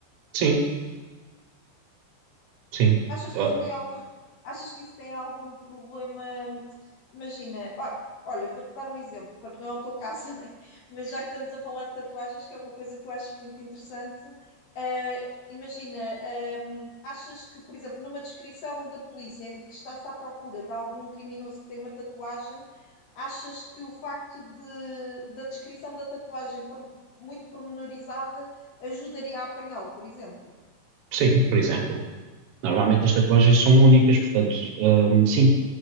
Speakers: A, on the right (about 75°); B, on the left (about 60°).
A: Sim, sim.
B: Achas
A: Ah,
B: que isso tem algo, <laughs> achas que isso tem algum problema? Imagina, ah, olha, vou-te dar um exemplo, porque não é o teu caso, <laughs> né? Mas já que estamos a falar de tatuagens, que é uma coisa que eu acho muito interessante, eh, imagina, ehm, achas que, por exemplo, numa descrição da polícia em que está-se à procura de algum criminoso que tem uma tatuagem, achas que o facto de, da descrição da tatuagem por- muito pormenorizada ajudaria a apanhá-lo, por exemplo?
A: sim, por exemplo. Normalmente as tatuagens são únicas, portanto, ahm, sim.